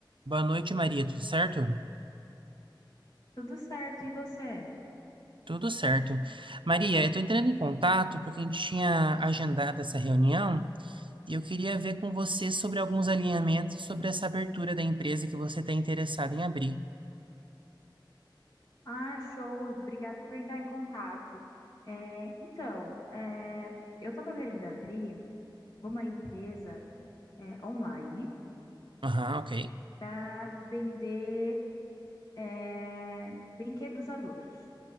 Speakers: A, on the right; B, on the left.
A: Boa noite, Maria. Tudo certo?
B: Tudo certo, e você?
A: Tudo certo. Maria, eu estou entrando em contato porque a gente tinha agendado essa reunião e eu queria ver com você sobre alguns alinhamentos sobre essa abertura da empresa que você está interessado em abrir.
B: Ah, show, obrigado por entrar em contato. É, então, é, eu estava querendo abrir uma empresa é, online
A: Aham, ok.
B: para vender é, brinquedos adultos.